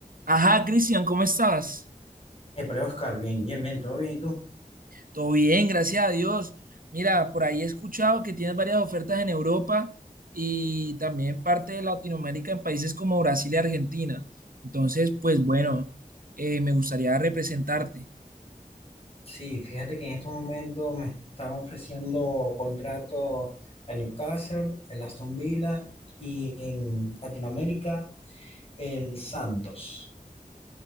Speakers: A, on the right (about 70°); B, on the left (about 40°).
A: Ajá, Cristian, ¿cómo estás?
B: Épale, Oscar, bien, bien, bien, todo bien, ¿y tú?
A: Todo bien, gracias a Dios. Mira, por ahí he escuchado que tienes varias ofertas en Europa y también parte de Latinoamérica en países como Brasil y Argentina. Entonces, pues bueno, eh, me gustaría representarte.
B: Sí, fíjate que en estos momentos me están ofreciendo contrato el Newcastle, el Aston Villa y en Latinoamérica el Santos.